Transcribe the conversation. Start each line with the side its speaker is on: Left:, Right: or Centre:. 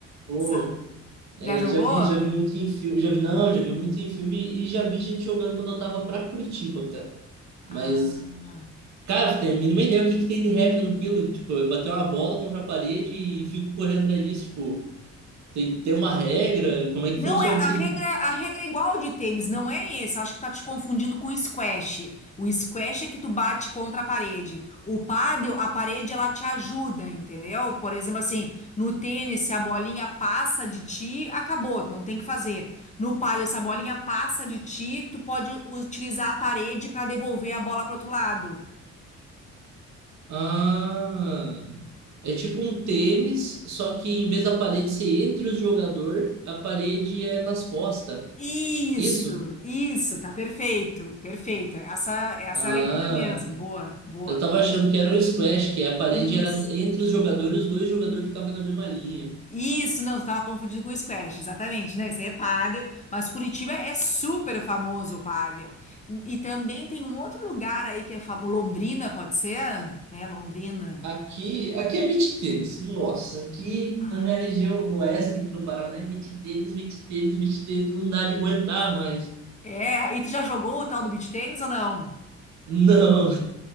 Right: Pô,
Left: Sa-
Right: é,
Left: Já jogou?
Right: já vi, já vi muito em filme, já vi, não, já vi muito em filme e já vi gente jogando quando eu tava pra Curitiba, cara.
Left: Ah.
Right: Mas Cara, você tem a mínima ideia o que, que tem de regra naquilo. Tipo, é bater uma bola contra a parede e fico correndo atrás disso. Tipo, tem, tem uma regra? Como é que
Left: Não,
Right: funciona
Left: é a
Right: isso
Left: regra,
Right: aí?
Left: a regra é igual de tênis, não é esse. Eu acho que tá te confundindo com o squash. O squash é que tu bate contra a parede. O pádel, a parede, ela te ajuda, entendeu? Por exemplo, assim, no tênis, se a bolinha passa de ti, acabou, tu não tem o que fazer. No pádel, se a bolinha passa de ti, tu pode utilizar a parede para devolver a bola para outro lado.
Right: Ah, é tipo um tênis, só que em vez da parede ser entre os jogadores, a parede é nas costas.
Left: Isso,
Right: Isso?
Left: isso, tá perfeito, perfeito. Essa, essa
Right: Ah,
Left: é a leitura mesmo. Boa, boa.
Right: eu tava achando que era um squash, que a parede
Left: Isso.
Right: era entre os jogadores, os dois jogadores ficavam na mesma linha.
Left: Isso, não, estava confundido com o squash, exatamente. Não, isso aí é pádel, mas Curitiba é super famoso o pádel. E, e também tem um outro lugar aí que é famoso, Londrina, pode ser? É, Londrina.
Right: Aqui, aqui é beach tênis. Nossa, aqui
Left: Ah.
Right: na minha região no oeste do Paraná é beach tênis, beach tênis, beach tênis, não dá de aguentar mais.
Left: É, e tu já jogou o tal do beach tennis ou não?
Right: Não,